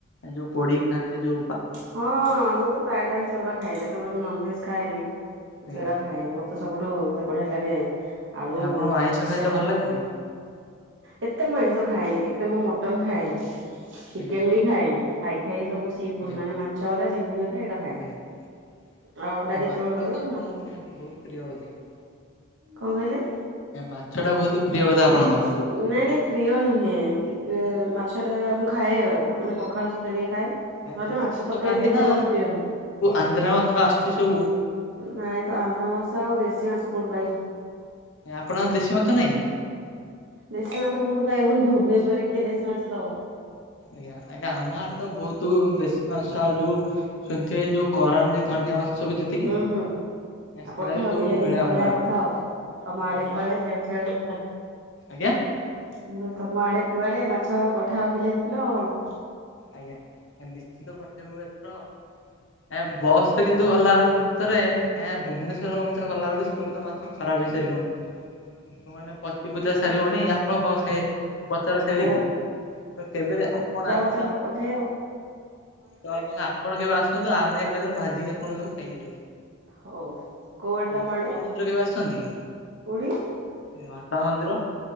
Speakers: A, on the left; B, on the right.
A: ଯଉ ପୋଡ଼ି ଖାଆନ୍ତି ଯ
B: ହଁ, ମୁଁ ତ ପ୍ରାୟେ ଟାଇମ୍ ସେଗୁଡା ଖାଏ। ଯେତେବଳେ ମୁଁ ନନ୍‌ଭେଜ୍‌ ଖାଏନି, ମୁ
A: ଆଜ୍ଞା
B: ସେ---ଡ଼ା ଖାଏ। ସବୁଠୁ ମତେ ବଢ଼ିଆ ଲାଗେ ଆଳୁ
A: ଆପଣଙ୍କୁ ଆଇଁଷ
B: ମିକ୍ସଚର୍।
A: ଖାଇତେ ଭଲ ଲାଗେନି?
B: ଏତେ ମୁଁ ଖାଏନି, ଏତେ ମୁଁ ମଟନ ଖାଏନି। ଚିକେନ୍‌
A: ଆଜ୍ଞା
B: ବି ଖାଏନି, ଖାଇ ଖାଇ ସବୁ ସି ଫୁଡ୍‌
A: ଆଜ୍ଞା
B: ମାନେ ମାଛ ହେଲା ଚିଙ୍ଗୁଡି ହେଲା। ଖାଏ।
A: <inaudible>
B: ଆଉ ଅଣ୍ଡା କେତେବେଳେ କେତେବେଳେ ନହେଲେ ଙ୍କ କହିଲେ?
A: ମାଛ ଟା ବହୁତ୍ ପ୍ରିୟ ବଧେ ଆପଣଙ୍କର?
B: ନାଇଁ ନାଇଁ ପ୍ରିୟ ନୁହେଁ, ମାଛଟା ମୁଁ ଖାଏ ଆଉ, ମାନେ ପଖାଳ----ଟିକେ ଖାଏ। ନହେଲେ
A: ଦେଶୀ ମାଛ
B: ତରକାରୀ
A: ଖାଆନ୍ତି
B: ବି ଏତେ
A: ନା,
B: ମୋର ପ୍ରିୟ
A: ଆନ୍ଧ୍ରା ମାଛ ଆସ୍‌ଚି ସ
B: ନାଇଁତ ଆନ୍ଧ୍ରା ମା ଆଉ ଦେଶୀ ମା କଉଠୁ ପାଇବୁ?
A: ଆପଣ ଦେଶୀ ମାଛ ନାହିଁ?
B: ଦେଶୀ ମାଛ କଉଠୁ ପାଇବୁ, ଭୁବନେଶ୍ୱରରେ କିଏ ଦେଶୀ ମାଛ ଦବ।
A: ଆଜ୍ଞା ଆଜ୍ଞା। ଆମ ଆଡେ ତ ବହୁତ ଦେଶୀ ମାଛ ଆଉ ଯୋଉ ସୁଁଥି ଯୋଉ କରାଣ୍ଟି ଧଣ୍ଡିଆ ମାସ ସବୁ ଯେତିକି
B: ହୁଁ ହୁଁ। ଆଉ
A: ସେରା
B: ପଠାଅ
A: ବି ସବୁ
B: କିଲେ
A: ମିଳେ
B: ଦି କିଲୋ
A: ଆମ
B: ଭଳିଆ
A: ଆଡେ।
B: ପଠାଅ। ତମ ଆଡେ
A: ଆମ
B: କୁଆଡେ ସିଆଡେ ସିଆଡେ ପଠାଅ।
A: ଆଜ୍ଞା।
B: ମୁଁ କହିଲି ତମ ଆଡେ କୁଆଡେ ମାଛ ପଠାଅ କିଲ ଦି କିଲ ଆଉ କଣ।
A: ଆଜ୍ଞା ନିଶ୍ଚିତ ପଠେଇବୁ ଏଥର ଆଜ୍ଞା ବସ୍ ରେ କିନ୍ତୁ ଗଲା ଭିତରେ ଭୁବନେଶ୍ୱର ଗଲାବେେଳକୁ ସବୁ ତ ମାଛ ଖରାପ ହେଇସାରିିବଣି।
B: ହ <inaudible>
A: ମାଛ ମାନେ ପଚି ପୂଚା ସାରିବନି ଆପଣ କଣ ଖାଇ ପଚା ରା ଖାଇ
B: କୋଉ
A: ବେକି ତ କେବେ ଆପଣ ଆସ
B: ପଚା କଣ ପଠେବ
A: ତ ଆଜ୍ଞା ଆପଣ କେବେ ଆସନ୍ତୁ ଆମେ ଏକାଥର ଭାଜିକି ଆପଣଙ୍କୁ ଦବୁ ଖାଇକି ଯିବେ।
B: ହଉ କୋଉଆଡେ ତମ
A: ଘଟଗାଁ
B: ଆଡ଼େ?
A: ମନ୍ଦିର କେବେ ଆସୁଛନ୍ତି?
B: କୋଉଠି?
A: ଏ ଘଟଗାଁ ମନ୍ଦିର